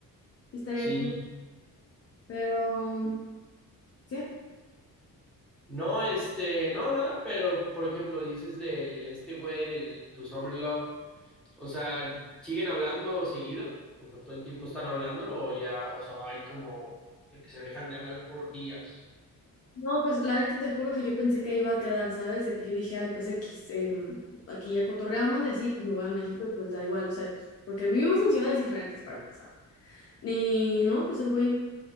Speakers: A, on the left; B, in the centre.
A: Estaría
B: Sí,
A: cool. Pero, mm, ¿qué?
B: No, este, no, nada, pero por ejemplo, dices del este güey, del Tu Summer Love, o sea, ¿siguen hablando seguido? O sea, ¿todo el tiempo están hablando o ya, o sea, hay como de que se dejan de hablar por días?
A: No, pues la neta te juro que yo pensé que ahí iba a quedar, ¿sabes? De que yo dije, ay, pues X, em, aquí ya cotorreamos y así, pues me voy a México y pues da igual, o sea, pues, porque vivimos en ciudades diferentes para empezar. Y no, pues el güey